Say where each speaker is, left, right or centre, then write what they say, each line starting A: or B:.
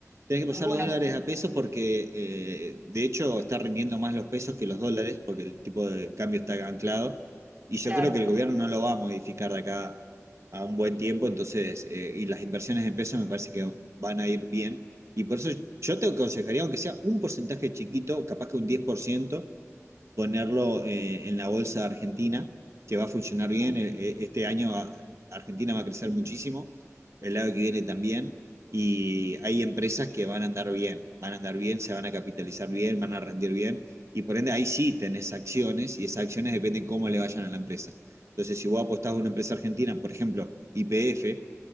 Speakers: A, on the right (about 65°); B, on the right (about 30°).
A: Tenés que
B: Algunos,
A: pasar los dólares a pesos porque, eh, de hecho, está rindiendo más los pesos que los dólares porque el tipo de cambio está anclado. Y yo
B: claro.
A: creo que el gobierno no lo va a modificar de acá a un buen tiempo. Entonces, eh, y las inversiones en pesos me parece que van a ir bien. Y por eso yo te aconsejaría, aunque sea un porcentaje chiquito, capaz que un 10% ponerlo eh, en la bolsa Argentina, que va a funcionar bien.
B: Sí.
A: E- e- Este año a- Argentina va a crecer muchísimo, el año que viene también, y hay empresas que van a andar bien, van a andar bien, se van a capitalizar bien, van a rendir bien, y por ende ahí sí tenés acciones, y esas acciones dependen cómo le vayan a la empresa. Entonces, si vos apostás a una empresa argentina, por ejemplo, YPF,